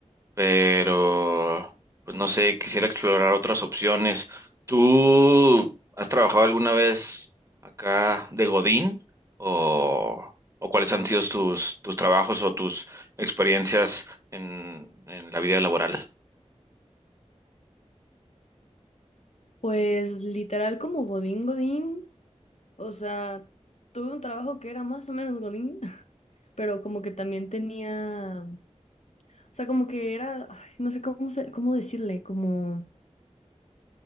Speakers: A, on the right (about 25°); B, on the left (about 70°).
A: pero pues no sé, quisiera explorar otras opciones. ¿Tú has trabajado alguna vez acá de Godín o, o cuáles han sido tus, tus trabajos o tus experiencias en en la vida laboral?
B: Pues literal como Godín Godín, o sea, tuve un trabajo que era más o menos Godín, <laughs> pero como que también tenía, o sea, como que era, ay, no sé cómo, se- cómo decirle, como,